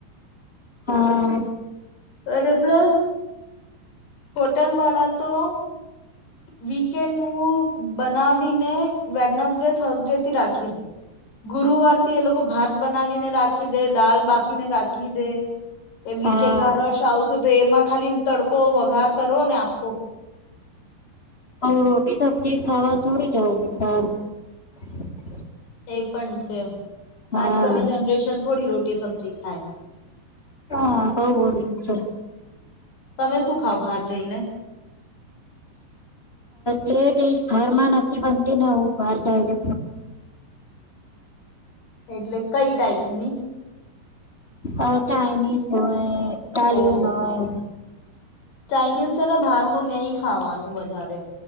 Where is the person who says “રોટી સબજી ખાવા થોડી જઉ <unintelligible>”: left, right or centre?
Left